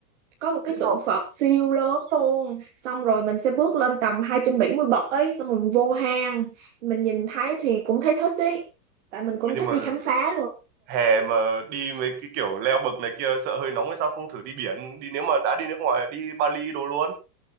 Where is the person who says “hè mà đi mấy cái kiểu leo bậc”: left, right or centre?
Right